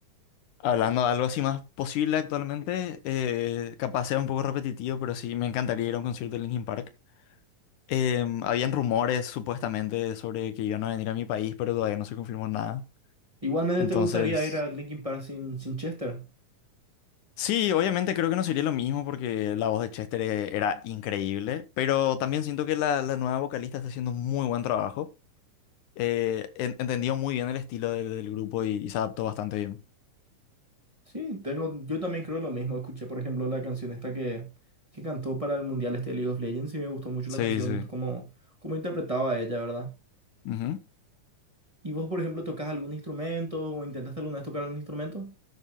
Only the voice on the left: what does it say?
hablando de algo así más posible actualmente, eh, capaz sea un poco repetitivo, pero sí me encantaría ir a un concierto de Linkin Park. Em, habían rumores supuestamente sobre que iban a venir a mi país, pero todavía no se confirmó nada.
Entonces,
sí, obviamente creo que no sería lo mismo porque la voz de Chester e- era increíble, pero también siento que la, la nueva vocalista está haciendo un muy buen trabajo. Eh, en- entendió muy bien el estilo del, del grupo y, y se adaptó bastante bien.
Sí,
sí.
Ujú.